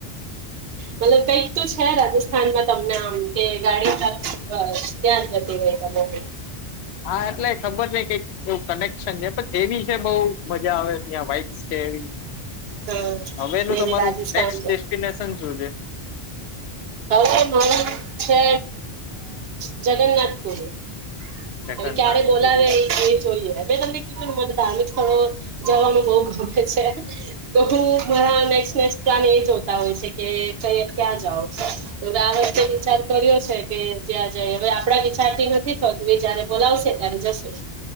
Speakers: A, on the right (about 75°); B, on the left (about 85°).
A: મતલબ કઈક તો છે રાજસ્થાનમાં તમને આમ કે ગાડી <unintelligible> ત્યાં. જ જતી રહી તમારી
B: હા એટલે ખબર નહ કઈ. એવું કનેક્શન છે, પણ જેવી છે, બઉ મજા આવે ત્યાં વાઇટ છે, એ.
A: હા
B: હવે એનું
A: નઈ
B: તમારું
A: નઈ રાજસ્થાન
B: નેક્સ્ટ ડેસ્ટિનેશન
A: તો
B: શું છે.
A: હવે છે, <inaudible> જગન્નાથપુરે
B: જગન્નાથ
A: હવે ક્યારે બોલાવે
B: પુરી
A: એ જોઈએ મેં તમને કીધું મને ધાર્મિક સ્થળો જવાનું બઉ તો મારા <unintelligible> પ્લાન એ જોતા હોય છે, કે <unintelligible> ક્યાં <unintelligible> તો હવે આ વખતે વિચાર કર્યો છે, કે ત્યાં જાય હવે આપણા વિચાર નથી થતું એ જયારે બોલાવશે ત્યારે જ